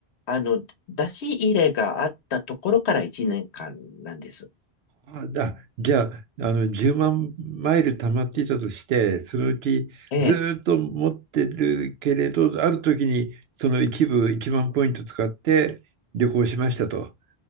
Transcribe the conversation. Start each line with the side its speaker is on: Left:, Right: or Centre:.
Left: あの、出し入れがあったところから1年間なんです。
Right: あ、じゃあ、じゃあ、あの、10万マイル溜まっていたとして、そのうちずーっと持ってるけれど、
Left: ええ。
Right: ある時にその一部1万ポイント使って旅行しましたと。